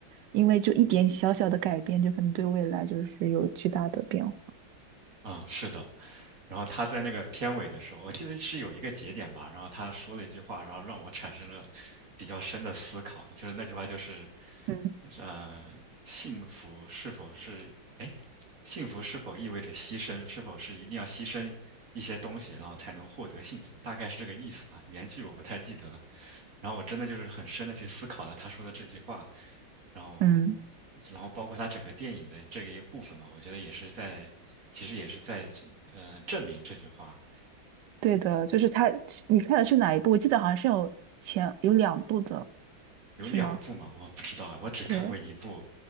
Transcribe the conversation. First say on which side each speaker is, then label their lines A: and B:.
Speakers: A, on the right; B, on the right.
A: 因为就一点小小的改变，就可能对未来就是有巨大的变化。
B: 嗯，是的。然后他在那个片尾的时候，我记得是有一个节点吧，然后他说了一句话，然后让我产生了比较深的思考，就是那句话就是，
A: 嗯
B: 呃，幸福是否是，哎，幸福是否意味着牺牲，是否是一定要牺牲一些东西，然后才能获得幸福，大概是这个意思吧。原句我不太记得了，然后我真的就是很深的去思考了他说的这句话，然后
A: 嗯。
B: 然后包括它整个电影的这个一个部分嘛，我觉得也是在，其实也是在呃证明这句话。
A: 对的，就是他，你看的是哪一部？我记得好像是有前有两部的，
B: 有两部嘛，
A: 是吗？
B: 我不知道啊，我只看过一部。
A: 对，